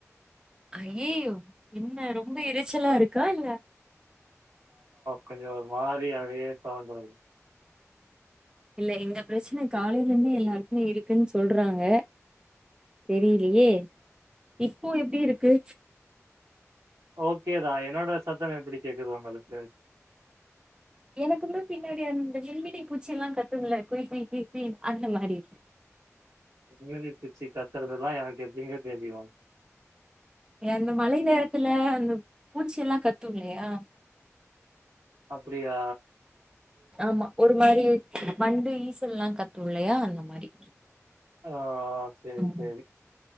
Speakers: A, on the right; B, on the right.
A: ஐய்யய்யோ என்ன ரொம்ப எரச்சலா இருக்கா இல்ல
B: கொஞ்ச ஒரு மாரியாவே சவுண்டு வருது
A: இல்ல இந்த பிரச்ன காலையிலேருந்தே எல்லாருக்குமே இருக்குன்னு சொல்றாங்க தெரியிலயே இப்போ எப்டி இருக்கு
B: ஓகேதா என்னோட சத்தம் எப்படி கேக்குது ஒங்களுக்கு
A: எனக்குமே பின்னாடி அந்த விண்மினி பூச்சில்லா கத்தும்ல குய் குய் குய் அந்த மாரி இருக்கு
B: எங்கனு எடுத்து வச்சுக்க க்கிறதெல்லா எனக்கு எப்டிங்க தெரியு
A: எ அந்த மழை நேரத்துல அந்த பூச்சி எல்லா கத்து இல்லையா
B: அப்பிடியா
A: ஆமா ஒரு மாரி வண்டு ஈசல்லா கத்து இல்லையா அந்த மாரி
B: ஓஹ் செரி
A: ம்
B: செரி